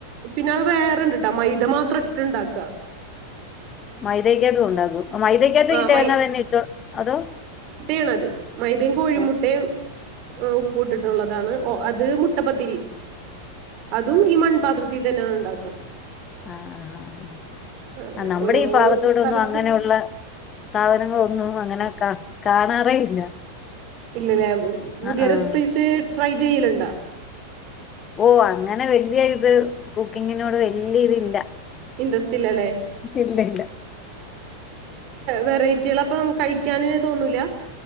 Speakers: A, on the right; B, on the left.
A: പിന്നെ വേറെണ്ട്ട്ടാ മൈദ മാത്രം ഇട്ടിട്ടുണ്ടാക്ക
B: മൈതയ്ക്ക് അതും ഉണ്ടാകും മൈതക്കകത്ത
A: ആഹ്
B: ഈ തേങ്ങ തന്നെ ഇട്ടു അതോ
A: എണത് മൈദയും കോഴിമുട്ടയും
B: ഓ
A: ആ ഉപ്പട്ടിട്ടുള്ളതാണ് ഓ അത് മുട്ടപ്പത്തിരി അതും ഈ മൺപാത്രത്തിൽ തന്നെ ഉണ്ടകും
B: ആ ആഹ് ആ
A: അങ്ങനെ
B: ആ നമ്മുടെ
A: ഓരോ
B: ഈ ഭാഗത്തോടെ
A: സ്ഥലത്ത്
B: ഒന്നും അങ്ങനെയുള്ള സാധനങ്ങളൾ ഒന്നും അങ്ങനെൊക്കെ കാണാറേ ഇല്ല
A: ഇല്ലല്ലേ
B: ആഹ്
A: ഉദയര
B: ആഹ്
A: സ്പ്രീസ ട്രൈ ചെയ്യലുണ്ട
B: ഓ അങ്ങനെ വല്യ ഇത് കുക്കിങ്ങിനോട് വല്യ ഇതി ഇല്ല
A: ഇൻറ്രസ്റ്റ് ഇല്ലല്ലേെ
B: ഇല്ല
A: വെറൈറ്റികൾ അപ്പം കഴിക്കാന് തോന്നൂല